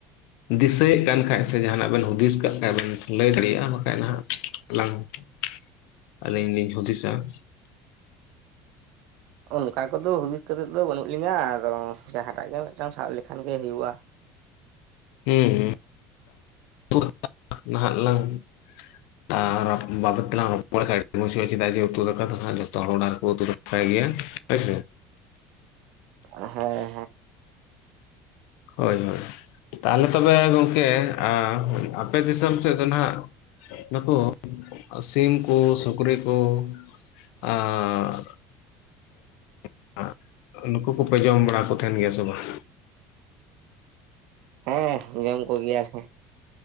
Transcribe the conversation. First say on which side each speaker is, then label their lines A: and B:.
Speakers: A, on the left; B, on the right.
A: ᱫᱤᱥᱟᱹᱭᱮᱫ ᱠᱟᱱ ᱠᱷᱟᱱ ᱥᱮ ᱡᱟᱦᱟᱱᱟᱜ ᱵᱤᱱ ᱦᱩᱫᱤᱥ ᱠᱟᱜ ᱠᱷᱟᱱ ᱵᱤᱱ ᱞᱟᱹᱭ ᱫᱟᱲᱮᱭᱟᱜᱼᱟ ᱵᱟᱠᱷᱟᱱ ᱱᱟᱦᱟᱜ ᱞᱟᱝ ᱾ ᱟᱹᱞᱤᱧ ᱞᱤᱧ ᱦᱩᱸᱫᱤᱥᱟ ᱾
B: ᱚᱱᱠᱟ ᱠᱚᱫᱚ ᱦᱩᱫᱤᱥ ᱠᱷᱟᱛᱤᱨ ᱫᱚ ᱵᱟᱹᱱᱩᱜ ᱞᱤᱧᱟᱹ ᱟᱫᱚ ᱡᱟᱦᱟᱸᱴᱟᱜ ᱜᱮ ᱢᱤᱫᱴᱟᱝ ᱥᱟᱵ ᱞᱮᱠᱷᱟᱱ ᱜᱮ ᱦᱩᱭᱩᱜᱼᱟ ᱾
A: ᱦᱩᱸ ᱦᱩᱸ <inaudible> ᱱᱟᱦᱟᱜ ᱞᱟᱝ ᱾ ᱟᱨ ᱵᱟᱵᱚᱫ ᱛᱮᱞᱟᱞ ᱨᱚᱯᱚᱲ <inaudible> ᱪᱮᱫᱟᱜ ᱡᱮ ᱩᱛᱩ ᱫᱟᱠᱟ ᱫᱚ ᱦᱟᱸᱜ ᱡᱚᱛᱚ ᱦᱚᱲ ᱩᱛᱩ ᱛᱟᱭ ᱜᱮ ᱦᱳᱭᱥᱮ ᱾
B: ᱦᱮᱸ ᱦᱮᱸ
A: ᱦᱳᱭ ᱦᱳᱭ ᱛᱟᱦᱞᱮ ᱛᱚᱵᱮ ᱜᱚᱝᱠᱮ ᱟᱯᱮ <inaudible> ᱟᱯᱮ ᱫᱤᱥᱚᱢ ᱥᱮᱫ ᱫᱚ ᱱᱟᱦᱟᱸᱜ ᱾ ᱱᱩᱠᱩ ᱥᱤᱢ ᱠᱩ ᱥᱩᱠᱨᱤ ᱠᱩ ᱾ ᱟᱨ <inaudible> ᱱᱩᱠᱩ ᱠᱚᱯᱮ ᱡᱚᱢ ᱵᱟᱲᱟ ᱠᱚ ᱛᱟᱦᱮᱱ ᱜᱮᱭᱟ ᱥᱮ ᱵᱟᱝᱼ?
B: ᱦᱮᱸ ᱡᱚᱢ ᱠᱚᱜᱮᱭᱟ ᱞᱮ ᱾